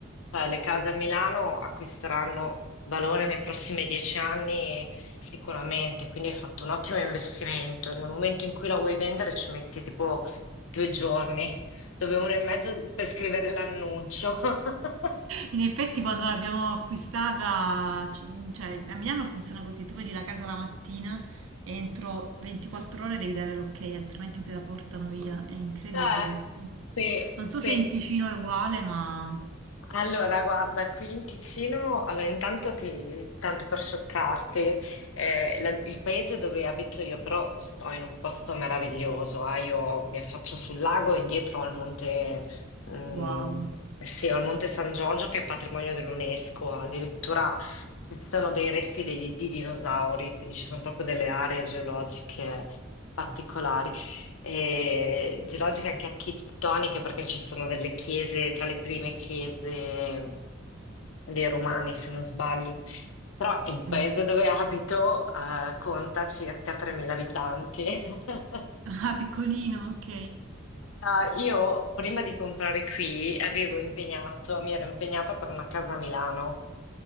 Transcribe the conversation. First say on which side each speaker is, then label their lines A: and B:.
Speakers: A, on the left; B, on the right.
A: Cioè, le case a Milano acquisteranno valore nei prossimi dieci anni sicuramente, quindi hai fatto un ottimo investimento. Nel momento in cui la vuoi vendere ci metti tipo due giorni, dove uno e mezzo per scrivere l'annuncio. <laughs>
B: In effetti, quando l'abbiamo acquistata, c- cioè a Milano funziona così: tu vedi la casa la mattina e entro 24 ore devi dare l'ok, altrimenti te la portano via. È incredibile.
A: Eh,
B: Non so
A: sì,
B: non so
A: sì.
B: se in Ticino è uguale, ma
A: Allora, guarda, qui in Ticino, allora intanto ti, tanto per scioccarti, eh, la- il paese dove abito io, però sto in un posto meraviglioso, eh, io mi affaccio sul lago e dietro al monte, mm,
B: wow,
A: sì, al monte San Giorgio che è patrimonio dell'UNESCO, addirittura ci sono dei resti dei- di dinosauri, quindi ci sono proprio delle aree geologiche particolari e geologiche anche architettoniche, perché ci sono delle chiese, tra le prime chiese dei Romani, se non sbaglio. Però
B: ok.
A: il paese dove abito, eh, conta circa 3.000 abitanti. <laughs>
B: Ah, piccolino, ok.
A: Eh, io prima di comprare qui avevo impegnato, mi ero impegnata per una casa a Milano